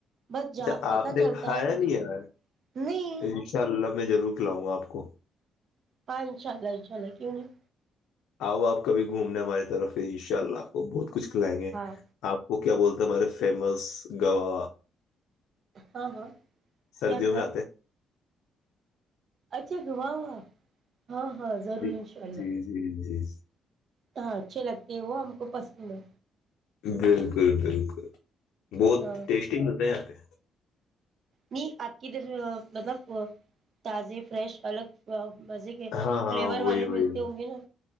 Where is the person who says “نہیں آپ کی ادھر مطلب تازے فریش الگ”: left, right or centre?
Right